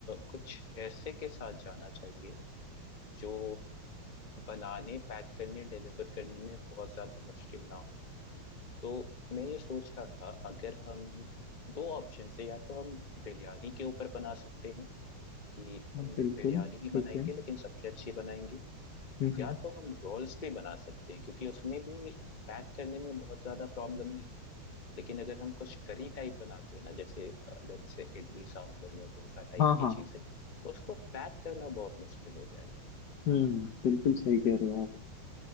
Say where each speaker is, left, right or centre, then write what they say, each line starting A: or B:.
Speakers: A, on the left (about 25°); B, on the left (about 60°).
A: कुछ ऐसे के साथ जाना चाहिए जो बनाने पैक करने डिलीवर करने में बहुत ज्यादा मुश्किल ना हो तो मैं ये सोच रहा था अगर हम दो ऑप्शन है या तो हम बिरयानी के ऊपर बना सकते हैं कि
B: बिल्कुल
A: हम बिरयानी ही
B: ठीक
A: बनाएंगे
B: है
A: लेकिन सबसे अच्छी बनाएंगे
B: हम्म
A: या
B: हम्म
A: तो हम रोल्स भी बना सकते हैं क्योंकि उसमें भी पैक करने में बहुत ज्यादा प्रॉब्लम नहीं लेकिन अगर हम कुछ करी टाइप बनाते हैं ना जैसे लेट्स से इडली सांभर या डोसा टाइप
B: हाँ
A: की
B: हाँ
A: चीजें तो उसको पैक करना बहुत मुश्किल हो जाएगा
B: हम्म बिल्कुल सही कह रहे हो आप